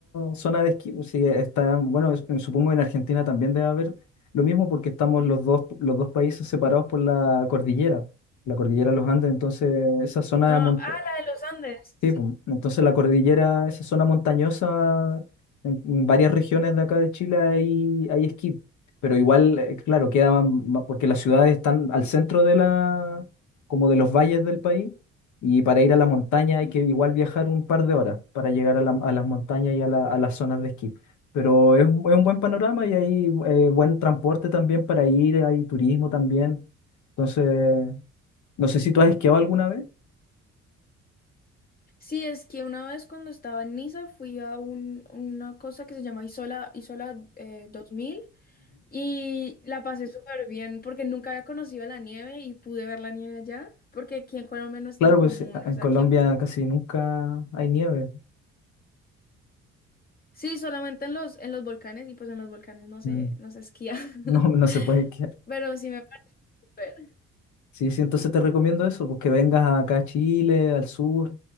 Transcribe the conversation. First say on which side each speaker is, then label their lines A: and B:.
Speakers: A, on the left (about 70°); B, on the left (about 30°).
A: zona de esquí. Sí, está, bueno, es- supongo en Argentina también debe haber lo mismo porque estamos los dos, los dos países separados por la cordillera, la cordillera de los Andes. Entonces, esa zona
B: No,
A: montañosa
B: ah, la de los Andes.
A: Sí, pues, entonces la cordillera, esa zona montañosa, en, en varias regiones de acá de Chile hay, hay esquí, pero igual, eh, claro, queda ma- ma- porque las ciudades están al centro de la, como de los valles del país, y para ir a la montaña hay
B: Sí.
A: que igual viajar un par de horas para llegar a, la- a las montañas y a, la- a las zonas de esquí. Pero es, un es un buen panorama y hay eh, buen transporte también para ir, hay turismo también. Entonces, no sé si tú has esquiado alguna vez.
B: Sí, es que una vez cuando estaba en Niza fui a un- una cosa que se llama Isola, Isola eh, 2000 y la pasé súper bien porque nunca había conocido la nieve y pude ver la nieve allá porque aquí en Colombia no es
A: Claro,
B: tan común,
A: pues eh,
B: o
A: en
B: sea,
A: Colombia
B: aquí en-
A: casi nunca hay nieve.
B: Sí, solamente en los, en los volcanes y pues en los volcanes no se,
A: Mm,
B: no se esquía, <laughs>
A: <laughs> No, no se puede esquiar.
B: pero sí me parece súper.
A: Sí, sí, entonces te recomiendo eso, pues que vengas acá a Chile, al sur,